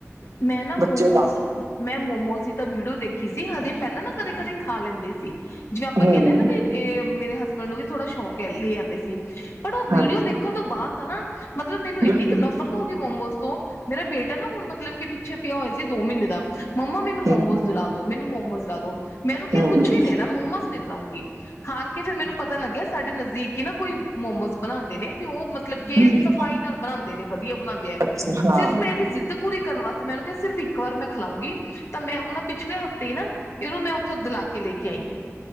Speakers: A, on the left; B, on the right.
A: ਮੈਂ ਨਾ ਮੋਮਸ
B: ਬੱਚੇ ਦਾ
A: ਮੈਂ ਮੋਮੋਸ ਦੀ ਤਾਂ ਵੀੜੀਓ ਦੇਖੀ ਸੀ ਹਜੇ ਪੈਲਾਂ ਮੈਂ ਕਦੇ-ਕਦੇ ਖਾ ਲੈਂਦੀ ਸੀ ਜਿਵੇਂ ਆਪਾਂ
B: ਹਮ
A: ਕੇਨੇ ਆਂ ਨਾ ਵੀ ਏ, ਮੇਰੇ ਹਸਬੈਂਡ ਨੂੰ ਵੀ ਥੋੜਾ ਸ਼ੌਕ ਐ ਲੈ ਆਂਦੇ ਸੀ, ਪਰ ਓ ਵੀਡੀਓ
B: ਹਾਂਜੀ
A: ਦੇਖਨ ਤੋਂ ਬਾਦ ਤਾਂ ਮਤਲਬ ਮੈਨੂੰ ਐਨੀ
B: ਬਿਲਕੁਲ
A: ਕ ਨਫ਼ਰਤ ਹੋ ਗੀ ਮੋਮੋਸ ਤੋਂ ਮੇਰਾ ਬੇਟਾ ਨਾ ਹੁਣ ਮਤਲਬ ਕਿ ਪਿੱਛੇ ਪੇਆ ਹੋਯਾ ਸੀ ਦੋ ਮ੍ਹੀਨੇ ਦਾ, ਮੰਮਾ ਮੈਨੂੰ ਮੋਮੋਸ
B: ਹਮ
A: ਦਿਲਾ ਦੋ ਮੈਨੂੰ ਮੋਮੋਜ਼ ਦੀਲਾ ਦੋ, ਮੈਂ ਓਨੂੰ ਕੇਆ
B: ਹਮ
A: ਕੁਛ ਵੀ ਲੇਲਾ ਮੋਮੋਜ਼ ਨੀ ਦੀਲਾਉਂਗੀ ਹਾਰ ਕੇ ਫੇਰ ਮੈਨੂੰ ਪਤਾ ਲੱਗੇਆ ਸਾਡੇ ਨਜ਼ਦੀਕ ਈ ਨਾ ਕੋਈ ਮੋਮੋਜ਼ ਬਨਾਂਦੇ ਨੇ ਤੇ ਓ ਮਤਲਬ ਕੇ
B: ਹਮ
A: ਸਫਾਈ ਨਾਲ ਬਣਾਂਦੇ ਨੇ ਵਦੀਆ ਬਨਾਂਦੇ ਐ,
B: ਅੱਛਾ ਹਾਂ
A: ਸਿਰਫ ਮੇੈਂ ਦੀ ਜਿੱਦ ਪੂਰੀ ਕਰਨ ਵਾਸਤੇ ਮੈਂ ਓਨੂੰ ਕੇਆ ਸਿਰਫ਼ ਇੱਕ ਵਾਰ ਮੈਂ ਖਲਾਊਂਗੀ ਤਾਂ ਮੈਂ ਹੋਣ ਓ ਪਿਛਲੇ ਹਫ਼ਤੇ ਈ ਨਾ, ਇਨੂੰ ਮੈਂ ਓਥੋਂ ਦਲਾ ਕੇ ਲੇ ਕੇ ਆਈ ਐਂ।